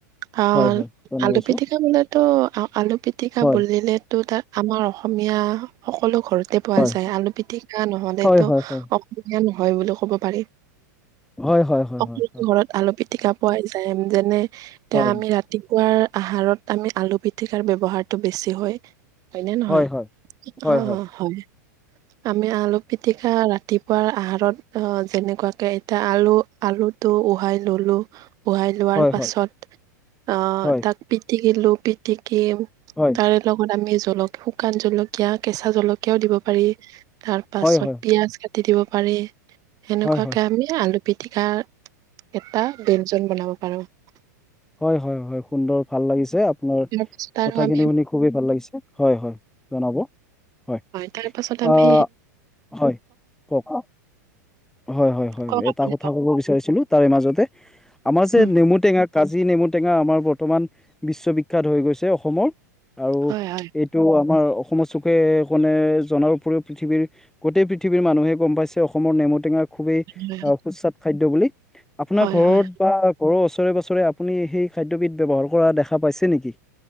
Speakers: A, on the right; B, in the centre.
A: অ'
B: হয় হয় জনাবচোন
A: আলু পিতিকা বোলেতো আলু পিটিকা
B: হয়
A: বুলিলেতো তাক আমাৰ অসমীয়া সকলো ঘৰতে পোৱা
B: হয়
A: যায় আলু পিটিকা নহলেতো
B: হয় হয় হয়
A: অসুবিধা নহয় বুলি ক'ব পাৰি।
B: হয় হয়। হয়
A: অকল
B: হয়
A: ঘৰত আলু পিতিকা পোৱাই যায় যেনে এতিয়া
B: হয়
A: আমি ৰাতিপুৱাৰ আহাৰত আমি আলু পিতিকাৰ বেবহাৰটো বেছি হয়। হয় নে নহয়
B: হয়
A: অ',
B: হয় হয়
A: অ' হয়। আমি আলু পিটিকা ৰাতিপুৱাৰ আহাৰত যেনেকুৱাকে এতিয়া আলু আলুটো উহাই ললো বহাই লোৱাৰ
B: হয়
A: পাছত
B: হয় হয়
A: অ'
B: হয়
A: তাক পিটিকিলো পিটিকি কি
B: হয়
A: তাৰে লগত আমি শুকান জলকীয়া কেঁচা কেচা জলকীয়াও দিব পাৰি তাৰ পাছত
B: হয় হয় হয় হয় হয়
A: পিয়াজ কাটি দিব পাৰি। সেনেকুৱাকে
B: হয় হয়
A: আমি আলু পিটিকা এটা ব্যঞ্জন বনাব পাৰু। পাৰু।
B: হয়, হয়, হয় সুন্দৰ ভাল লাগিছে আপোনাৰ
A: তাৰ পাছত আৰু
B: কথাখিনি
A: আমি
B: শুনি খুবেই ভাল লাগিছে হয় হয় জনাব হয়
A: তাৰ পাছত আমি
B: অ' হয় কওক? হয়, হয়, হয়
A: কওক
B: এটা
A: আপুনি
B: কথা
A: কওক,
B: ক'ব বিচাৰিছিলো তাৰে মাজতে আমাৰ যে
A: উম,
B: নেমু টেঙা কাজি নেমু টেঙা আমাৰ বৰ্তমান বিশ্ববিখ্যাত হৈ গৈছে অসমৰ। আৰু
A: হয়, হয়,
B: এইটো আমাৰ অসমৰ চুকে কনে জনাৰ উপৰিও পৃথিৱীৰ গোটেই পৃথিৱীৰ মানুহে গম পাইছে অসমৰ নেমু খুবেই
A: হয়,
B: সুস্বাদ খাদ্য বুলি আপোনাৰ
A: হয়,
B: ঘৰত
A: হয়।
B: বা ঘৰৰ উছৰে আপুনি সেই খাদ্যবিধ ব্যৱহাৰ কৰা দেখা পাইছে নেকি?